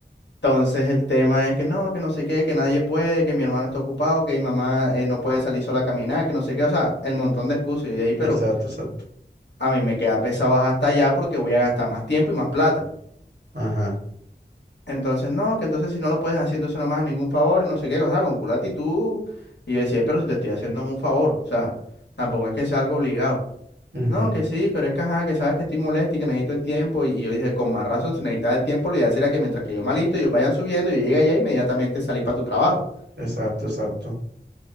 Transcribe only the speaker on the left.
Entonces el tema es que no, que no sé qué, que nadie puede, que mi hermano está ocupado, que mi mamá eh, no puede salir sola a caminar, que no sé qué, o sea, el montón de excusas. Yo dije, "Ey, pero
a mí me queda pesado bajar hasta allá porque voy a gastar más tiempo y más plata.
Entonces, no, que entonces si no lo puedes hacer, entonces no me hagas ningún favor y no sé qué, o sea, con culo actitud. Y yo decía, pero si te estoy haciendo es un favor, o sea, tampoco es que sea algo obligado.
No, que sí, pero es que ajá, que sabes que estoy molesto y que necesito el tiempo. Y, y yo dije, con más razón, si necesitas el tiempo, lo ideal sería que mientras que yo me alisto, ellos vayan subiendo, yo llegue allá inmediatamente salí para tu trabajo.